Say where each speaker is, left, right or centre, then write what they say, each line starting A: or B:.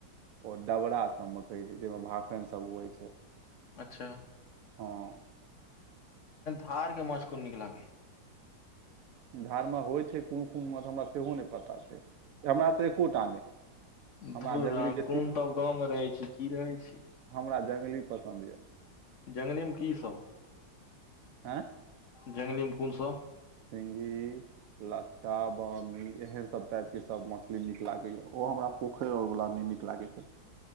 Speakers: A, on the right (about 80°); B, on the left (about 50°).
A: ओ डबरा सबमे कहैय छैय जाहिमे माखन सब उबैय छैय।
B: अच्छा
A: हँ।
B: अहाँ आर के माछ कोन नीक लागैय ये?
A: धर्म होइ छैय कोन-कोन महज हमरा सेहो नहि पता छैय। एमे त एको टा नहि। हमरा
B: धुर
A: जंगली
B: अहाँ
A: बेसी
B: कोन तब गाँवमे रहैय छी की रहैय छी।
A: हमरा जंगली पसन्द यऽ
B: जङ्गलेमे की सब?
A: आंय।
B: जङ्गलीमे कोन सब?
A: सिंघी, लत्ता, बामी। एहन सब टाइपके, सब मछली नीक लागैय ओ हमरा पोखरि आओरवला नहि नीक लागैय छैय।